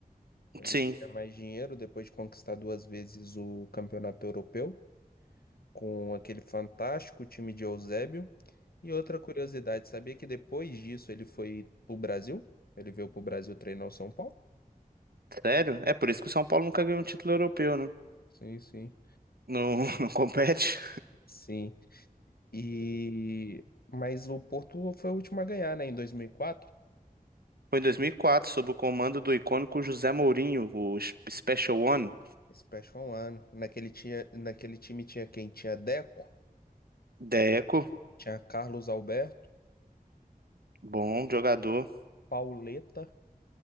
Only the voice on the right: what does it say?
Sim,
sério? É por isso que o São Paulo nunca ganhou um título europeu, né?
Não, <laughs> não compete.
Foi em 2004, sob o comando do icônico José Mourinho, o Special One.
Deco,
bom jogador.